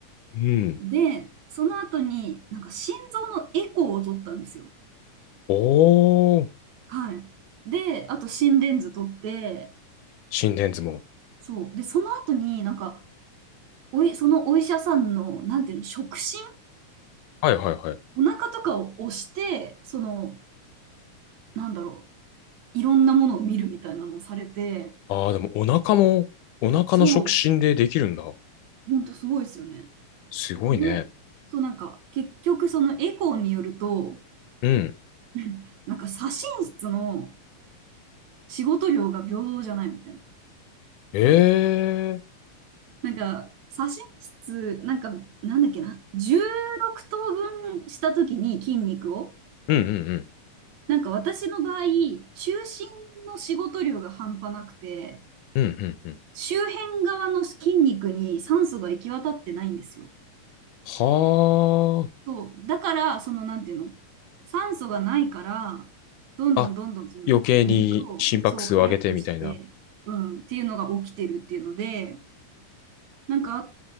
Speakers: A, on the left; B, on the right.
A: うん。
B: で、その後に、なんか心臓のエコーを取ったんですよ。
A: おー。
B: はい。で、あと心電図取って、
A: 心電図も。
B: そう。で、その後になんか、おい、そのお医者さんの、なんていうの、触診
A: はいはいはい。
B: お腹とかを押して、その、なんだろう、いろんなものを見るみたいなのをされて、
A: ああ、でもお腹も、お腹の触診でできるんだ。
B: そう、ほんとすごいですよね。
A: すごいね。
B: で、そうなんか、結局そのエコーによると、
A: うん。
B: <laughs> なんか左心室の仕事量が平等じゃないみたいな。
A: ええ。
B: なんか、左心室、なんか、なんだっけな、16等分したときに筋肉を、
A: うんうん
B: なんか私の場合、中心の仕事量が半端なくて、
A: うんうんうん。
B: 周辺側の筋肉に酸素が行き渡ってないんですよ。
A: は
B: そう、だから、その、なんていうの、酸素がないから、どんどんどんどんその肉を、
A: あ。あ、余計に心拍数を上げてみたいな。
B: そう、早くして、うん、っていうのが起きてるっていうので、なんか